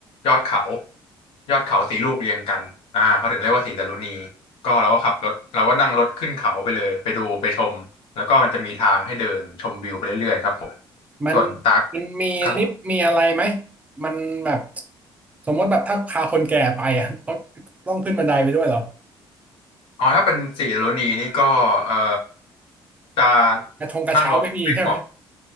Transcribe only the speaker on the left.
ยอดเขายอดเขาสีลูกเรียงกันอ่าเขาถึงเรียกว่าสีดารุณีก็เราก็ขับรถเราก็นั่งรถขึ้นเขาไปเลยไปดูไปชมแล้วก็มันจะมีทางให้เดินชมวิวไปเรื่อยๆครับผม
ส่วนตัก
ครับ
อ๋อถ้าเป็นสีดารุณีนี่ก็เอ่อจะ
นั่งรถไปเกาะ